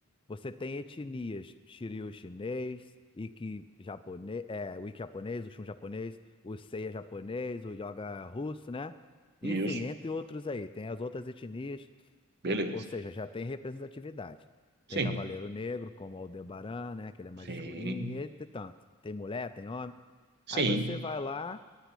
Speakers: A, on the left; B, on the right.
A: Você tem etnias, Shiryu chinês, Iki japonês, é, o Iki japonês, o Shun japonês, o Seiya japonês, o Yoga russo, né? Enfim,
B: Isso,
A: entre outros aí, tem as outras etnias,
B: beleza.
A: ou seja, já tem representatividade.
B: Sim,
A: Tem Cavaleiro Negro, como Aldebaran, né? Que ele é mais
B: sim,
A: escurinho, e entre tanto. Tem mulher, tem homem.
B: sim,
A: Aí você vai lá,